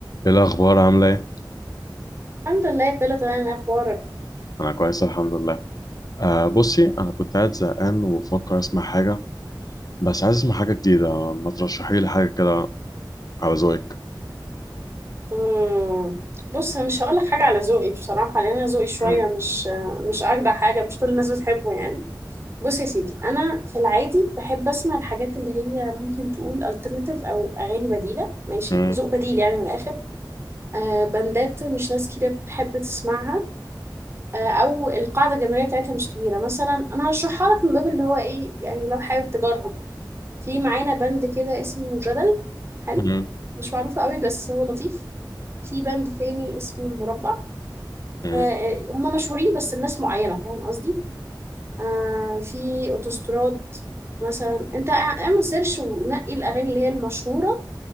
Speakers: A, on the left; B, on the right.
A: ايه الاخبار عامله ايه
B: الحمد لله كله تمام ايه اخبارك
A: انا كويس الحمد لله آه بصي انا كنت قاعد زهقان وبفكر اسمع حاجه بس عايز اسمع حاجه جديده ما ترشحي لي حاجه كده على ذوقك
B: مم. بص مش هقولك حاجه على ذوقي بصراحه لان انا ذوقي شويه
A: مم،
B: مش مش اجدع حاجه مش كل الناس بتحبه يعني بص يا سيدي انا في العادي بحب اسمع الحاجات اللي هي ممكن تقول alternative او اغاني بديله ماشي
A: مم،
B: ذوق بديل يعني من الاخر آه بندات مش ناس كتير بتحب تسمعها آه او القاعده الجماهيريه بتاعتها مش كبيره مثلا انا هشرحها لك من باب اللي هو ايه يعني لو حابب تجرب في معانا بند كده اسمه جدل حلو
A: مم،
B: مش معروف قوي بس هو لطيف في باند تاني اسمه المربع
A: مم،
B: آه، آه، هما مشهورين بس الناس معينة فاهم قصدي آه، في اوتوستراد مثلا انت اع- اعمل سيرش ونقي الاغاني اللي هي المشهورة